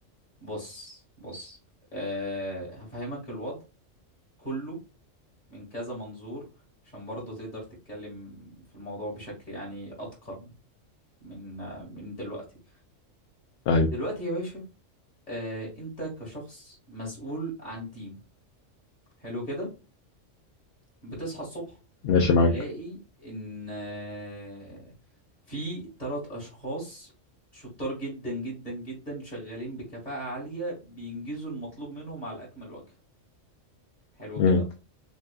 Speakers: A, on the left; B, on the left.
A: بص بص أه هفهمك الوضع كله من كذا منظور عشان برضو تقدر تتكلم في الموضوع بشكل يعني اتقن من آه، من دلوقتي
B: أيوه
A: دلوقتي يا باشا أه انت كشخص مسؤول عن تيم حلو كده بتصحى الصبح
B: ماشي معاك
A: تلاقي ان آه، في ثلاث اشخاص شطار جدا جدا جدا شغالين بكفاءة عالية بينجزوا المطلوب منهم على اكمل وجه حلو
B: مم.
A: كده